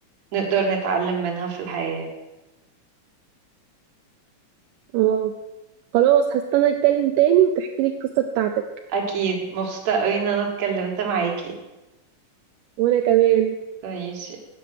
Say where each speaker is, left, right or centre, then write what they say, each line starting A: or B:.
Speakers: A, on the right (about 60°); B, on the right (about 85°).
A: نقدر نتعلم منها في الحياة
B: اه خلاص هستنى أتكلم تاني وتحكي لي القصة بتاعتك
A: اكيد مبسوطة قوي ان انا اتكلمت معاكي
B: وأنا كمان
A: ماشي